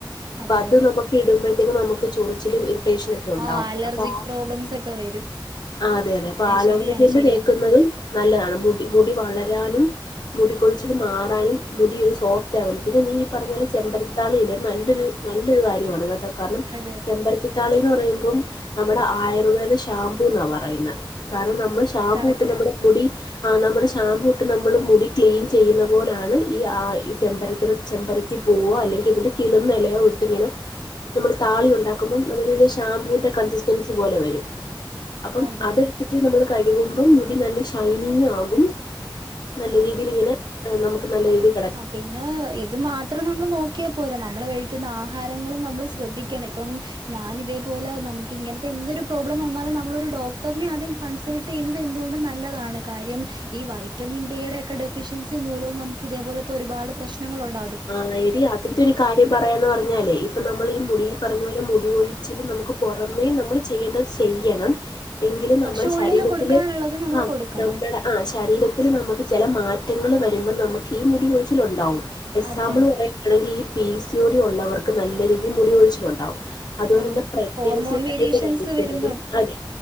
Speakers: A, on the left; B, on the right.
A: അപ്പൊ
B: അതെ
A: അത്
B: അതെ
A: നമുക്ക് ഇടുമ്പോഴത്തേക്കും നമുക്ക് ചൊറിച്ചിലും ഇറി റ്റേഷനൊക്കെ ഉണ്ടാവും.
B: ആഹ് അലർജിക്
A: അപ്പ ആ
B: പ്രോബ്ലംസ് ഒക്കെ വരും
A: ആഹ് അതെ അതെ. അപ്പൊ ആലോവേര
B: ശരിയാണ്
A: ജെല്ല്
B: ശരിയാണ്
A: തേക്കുന്നതും നല്ലതാണ് മുടി മുടി വളരാനും മുടി കൊഴിച്ചിൽ മാറാനും മുടി ഒരു സോഫ്റ്റ് ആവാനും. പിന്നെ നീ ഈ പറഞ്ഞ പോലെ ചെമ്പരത്താളിയില്ലെ. നല്ലൊരു നല്ലൊരു കാര്യമാണ് കേട്ടോ കാരണം
B: അതെ.
A: ചെമ്പരത്തിത്താളീന്ന് പറയുമ്പം നമ്മുടെ ആയുർവേദ ഷാമ്പൂ ന്നാ പറയുന്നെ. കാരണം നമ്മ് ഷാംമ്പൂ
B: കറക്റ്റ്
A: ഇട്ട് നമ്മുടെ മുടി ആഹ് നമ്മുടെ ഷാംമ്പൂ ഇട്ട് നമ്മൾ മുടി ക്ലീൻ ചെയ്യുന്ന പോലാണ് ഈ ആ ഈ ചെമ്പര ത്ര് ചെമ്പരത്തി പൂവോ അല്ലെങ്കി അതിന്റെ കി ഇന്നെലയോ ഇട്ട്ങ്ങനെ നമ്മൾ താളി ഉണ്ടാക്കുമ്പം നമ്മളെ കൈയ്‌ലെ ഷാംമ്പൂവിന്റെ കൺസിസ്റ്റൻസി പോലെ വരും. അപ്പം
B: അതെ
A: അതെടുത്തിട്ട് നമ്മൾ കഴുകുമ്പം മുടി നല്ല ഷൈനിങ് ആകും. നല്ല രീതിയില്ങ്ങനെ നമുക്ക് നല്ല രീതി
B: ആഹ് പിന്നെ ഇത് മാ ത്രം നമ്മൾ നോക്കിയാ പോരാ. നമ്മൾ കഴിക്കുന്ന ആഹാരങ്ങളും നമ്മൾ ശ്രദ്ധിക്കണം. ഇപ്പം ഞാൻ ഇതേപോലെ നമക്ക് ഇങ്ങനത്തെ എന്തൊരു പ്രോബ്ലം വന്നാലും നമ്മളൊരു ഡോക്ടറിനെ ആദ്യം കൺസൾട്ട് ചെയ്യുന്നത് എന്തുകൊണ്ടും നല്ലതാണ് കാര്യം ഈ വൈറ്റമിൻ ഡിയുടെ ഒക്കെ ഡെഫിഷ്യൻസി മൂലവും നമുക് കിതേപോലത്തെ ഒരുപാട് പ്രശ്നങ്ങളുണ്ടാ
A: ആഹ് എടീ അതിന്റെ ഒരു കാര്യം പറയാന്ന് പറഞ്ഞാലേ ഇപ്പം നമ്മളീ മുടി ഈ പറഞ്ഞ പോലെ മുടി കൊഴി ച്ചിൽല് നമുക്ക് പുറമേ നമ്മള് ചെയ്യേണ്ടത് ചെയ്യണം. എങ്കിലും നമ്മളെ
B: പക്ഷെ ഉള്ളില്
A: ശരീരത്തിന്
B: കൊടുക്കാനുള്ളത് നമ്മൾ
A: ആഹ്
B: കൊടുക്കണം
A: നമ്മടെ ആഹ് ശരീരത്തിൽ നമുക്ക് ചെല മാറ്റങ്ങൾ വരുമ്പം നമക്കീ മുടി കൊഴിച്ചില് ഉണ്ടാവും. എക്സാമ്പിൾ
B: അതെ
A: പറയുവാണെങ്കി ഈ P E C O T ഉള്ളവർക്ക് നല്ല രീതിയിൽ മുടി കൊഴിച്ചിലുണ്ടാവും. അതുപോലെന്നെ
B: ആ
A: പ്രഗ്നൻസി
B: ഹോർമോൺ
A: ടൈമിലായിരിക്കുന്നതും
B: വേരിയേഷൻസ് വരുമ്പം
A: അതെ